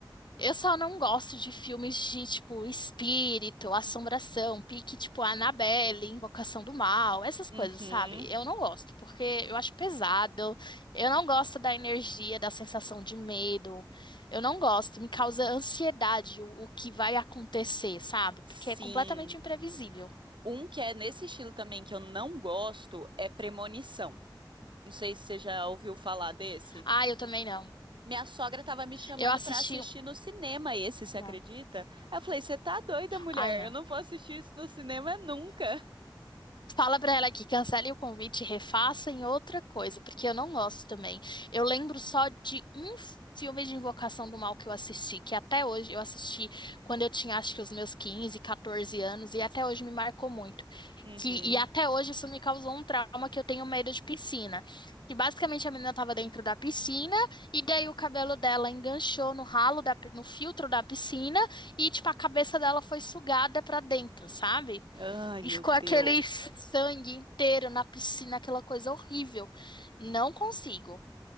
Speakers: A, on the left (about 65°); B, on the right (about 75°).
A: Eu só não gosto de filmes de, tipo, espírito, assombração, pique, tipo, Annabelle, Invocação do Mal, essas
B: Uhum,
A: coisas, sabe? Eu não gosto, porque eu acho pesado, eu não gosto da energia, da sensação de medo, eu não gosto, me causa ansiedade o, o que vai acontecer, sabe?
B: sim.
A: Porque é completamente imprevisível.
B: Um que é nesse estilo também que eu não gosto é Premonição. Não sei se você já ouviu falar desse.
A: Ah, eu também não.
B: Minha sogra tava me chamando
A: Eu assisti.
B: pra assistir
A: um-
B: no cinema esse, você
A: Não.
B: acredita? Aí eu falei, você tá doida, mulher?
A: Ai, não.
B: Eu não vou assistir isso no cinema nunca.
A: Fala pra ela que cancele o convite e refaça em outra coisa, porque eu não gosto também. Eu lembro só de um filme de Invocação do Mal que eu assisti, que até hoje eu assisti quando eu tinha acho que os meus 15 14 anos, e até hoje me marcou muito.
B: Uhum.
A: Que, e até hoje isso me causou um trauma que eu tenho medo de piscina. Que basicamente a menina estava dentro da piscina e daí o cabelo dela enganchou no ralo da, pi- no filtro da piscina e tipo a cabeça dela foi sugada pra dentro, sabe?
B: Ai, meu
A: Ficou aquele
B: Deus.
A: sangue inteiro na piscina, aquela coisa horrível. Não consigo.